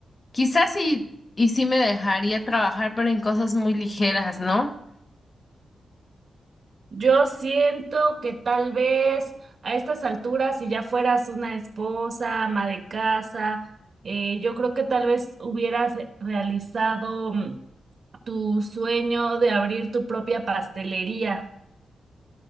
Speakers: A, on the left (about 30°); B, on the right (about 50°).
A: quizás sí, y sí me dejaría trabajar, pero en cosas muy ligeras, ¿no?
B: Yo siento que tal vez a estas alturas, si ya fueras una esposa, ama de casa, eh, yo creo que tal vez hubieras realizado mm, tu sueño de abrir tu propia pastelería.